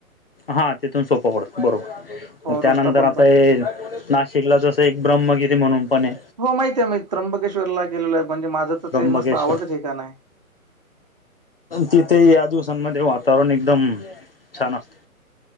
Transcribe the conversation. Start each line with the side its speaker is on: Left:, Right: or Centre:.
Left: हा तिथून सोपं पडलं बरोबर
Right: हो
Left: म त्यानंतर
Right: रस्ता पण
Left: आता
Right: चांगला
Left: हे नाशिकला जसं एक ब्रह्मगिरी म्हणून पण ये
Right: हो माहित ये माहित त्र्यंबकेश्वरला गेलेलो हाय म्हणजे माझं तर
Left: त्र्यंबकेश्वर
Right: ते मस्त आवडतं ठिकाण हाय.
Left: तिथे या दिवसांमध्ये वातावरण एकदम छान असत